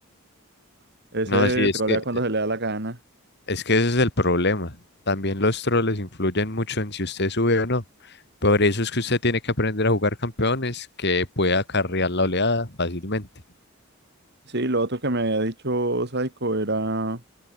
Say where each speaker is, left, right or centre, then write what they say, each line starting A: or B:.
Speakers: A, on the right (about 55°); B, on the left (about 55°).
A: <laughs> Ese
B: No, sí, es
A: trolea
B: que,
A: cuando se le da la gana.
B: es que ese es el problema. También los troles influyen mucho en si usted sube o no. Por eso es que usted tiene que aprender a jugar campeones que pueda carrear la oleada fácilmente.
A: Sí, lo otro que me había dicho Saiko era,